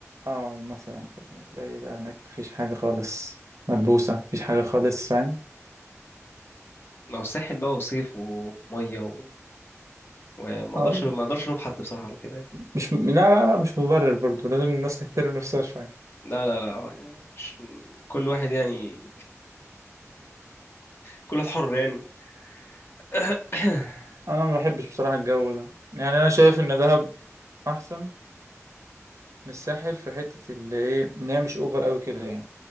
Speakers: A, on the right; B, on the left.
A: اه مثلا كده هتلاقي بقى هناك مفيش حاجة خالص ملبوسة مفيش حاجة خالص فاهم
B: ما هو الساحل بقى وصيف وميه و... وما
A: اه
B: اقدرش ما اقدرش الوم حد بصراحه على كده يعني.
A: مش م... لا لا لا مش مبرر برضو لازم الناس تحترم نفسها شوية
B: لا لا لا آه، يعني مش كل واحد يعني كل واحد حر يعني <coughs>
A: انا ما بحبش بصراحة الجو ده يعني انا شايف ان دهب احسن من الساحل في حتة اللي ايه ان هي مش اوفر قوي كده يعني